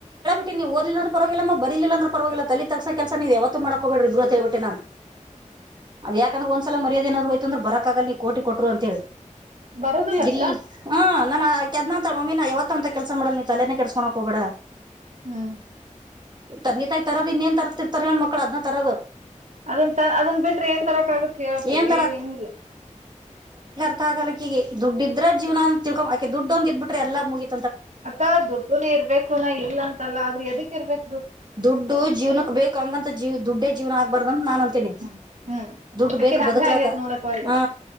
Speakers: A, on the right (about 35°); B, on the right (about 65°).
A: ನೀವು ಓದಲಿಲ್ಲ ಅಂದ್ರು ಪರವಾಗಿಲ್ಲ ಮ ಬರಿಲ್ಲ ಅಂದ್ರ ಪರವಾಗಿಲ್ಲ ತಲಿ ತಗ್ಗುಸ ಕೆಲ್ಸ ನೀವು ಯಾವತ್ತು ಮಾಡಬೇಡ್ರಿ ಅಂತ ಹೇಳಬಿಟ್ಟನ ನಾನ.
B: <inaudible>
A: ಅದ ಯಾಕಂದ್ರ ಒಂದಸಲ ಮರ್ಯಾದ ಏನಾದ್ರು ಹೋತಂದ್ರ ಬರಕ್ಕಾಗಲ್ಲ ನೀ ಕೋಟಿ ಕೊಟ್ರು ಅಂತ ಹೇಳಿ
B: ಬರೋದಿಲ್ಲಕ್ಕ
A: ಇಲ್ ಹಾ ನಾನ ಕೇದ್ನ ಅಂತಳ ಮಮ್ಮಿ ನಾ ಯಾವತ್ತಂತ ಕೆಲ್ಸ ಮಾಡಲ ನಿ ತಲೆೇನೆ ಕೆಡಿಸ್ಕೊಳೋಕ ಹೋಗಬೇಡ.
B: ಹ್ಮ್
A: ತಂಗಿ ತಾಯ ತರೋದ ಇನ್ನೇನ ತರ್ತಿರ್ತಾರ ಹೇಳ ಮಕ್ಳ ಅದ್ನ ತರೋದ.
B: ಅದನ್ ತ ಅದನ್ ಬಿಟ್ರ ಏನ್ ತರಕ ಆಗುತ್ತ ಹೇಳಕ್ಕ
A: ಏನ್
B: ಏ ಏನು ಇಲ್ಲ.
A: ಗಕ್ಕ ಆಗಲ್ಲ ಆಕಿಗಿ ದುಡ್ಡ ಇದ್ರ ಜೀವನ ಅಂತ ತಿಳ್ಕೊ ಅಕಿ ದುಡ್ಡ ಒಂದ ಇದ್ದ ಬಿಟ್ರ ಮಗ
B: ಅತ್ತಾ ದೋಡ್ಡುನ ಇರ್ಬೇಕು ನ ಇಲ್ಲ ಅಂತಲ್ಲ ಆದ್ರೆ ಎದಕ್ರ್ಬೇಕ.
A: ದುಡ್ಡು ಜೀವನಕ್ಕ ಬೇಕು ಅಂಗಂತ ಜೀವ ದುಡ್ಡೇ ಜೀವನ ಆಗ್ಬಾರ್ದ. ಅಂತ ನಾನ ಅಂತೀನಿ
B: ಹ್ಮ್ ಹ್ಮ್
A: ದುಡ್ಡ
B: ಅಕ್ಕಿದ್
A: ಬೇಕ
B: ಹಂಗ
A: ಬದಕ್ಲಕ್ಕ
B: ಆಗೇತ್ ನೋಡಕ ಈಗ
A: ಹಾ.